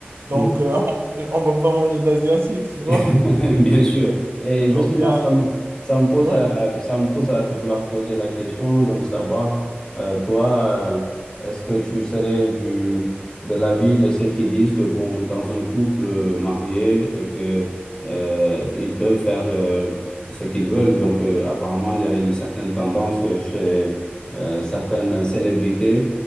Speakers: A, on the right (about 80°); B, on the left (about 20°).
A: Donc,
B: Oui.
A: euh, <laughs> on, va pas manger d'asiatique, tu
B: <laughs>
A: vois?
B: Bien sûr. Et justement,
A: Ou bien,
B: ça me, ça me pose
A: ouais.
B: à, ça me pousse à te vouloir poser la question. Donc, savoir, euh, toi, euh, est-ce que tu serais du, de l'avis de ceux qui disent que, bon, dans un couple euh, marié, et que, euh, ils peuvent faire euh, ce qu'ils veulent. Donc, euh, apparemment, il y a une certaine tendance euh, chez euh, certaines célébrités